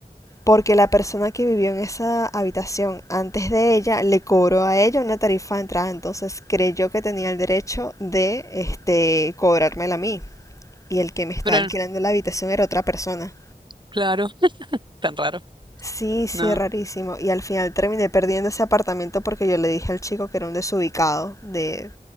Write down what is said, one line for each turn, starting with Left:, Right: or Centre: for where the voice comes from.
Left: porque la persona que vivió en esa habitación antes de ella le cobró a ella una tarifa de entrada, entonces creyó que tenía el derecho de este cobrármela a mí. Y el que me está
Right: Pero
Left: alquilando la habitación era otra persona.
Right: claro, <laughs> tan raro.
Left: Sí, sí,
Right: No.
Left: rarísimo. Y al final terminé perdiendo ese apartamento porque yo le dije al chico que era un desubicado, de